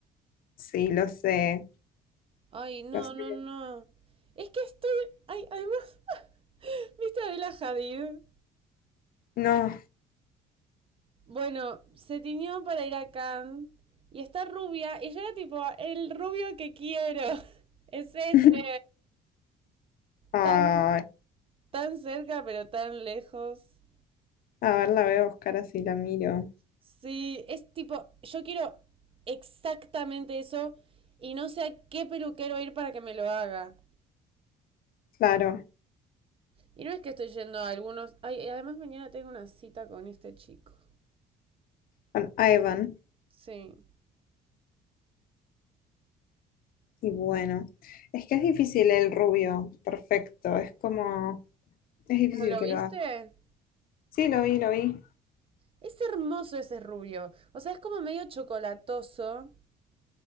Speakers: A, on the left (about 60°); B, on the right (about 35°).
A: Sí, lo sé,
B: Ay, no,
A: lo sé.
B: no, no. Es que estoy. Ay, además. Vista de la Hadid.
A: No.
B: Bueno, se tiñó para ir a Cannes y está rubia y yo era tipo, el rubio que quiero. <laughs> Es ese.
A: <laughs> Ay,
B: Tan, tan cerca pero tan lejos.
A: a ver, la voy a buscar así, la miro.
B: Sí, es tipo, yo quiero exactamente eso y no sé a qué peluquero ir para que me lo haga.
A: Claro,
B: Y no es que estoy yendo a algunos. Ay, además mañana tengo una cita con este chico.
A: con Ivan.
B: Sí.
A: Y bueno, es que es difícil el rubio, perfecto. Es como, es difícil
B: ¿Pero lo
A: que lo
B: viste?
A: Sí, lo vi, lo vi.
B: Es hermoso ese rubio. O sea, es como medio chocolatoso.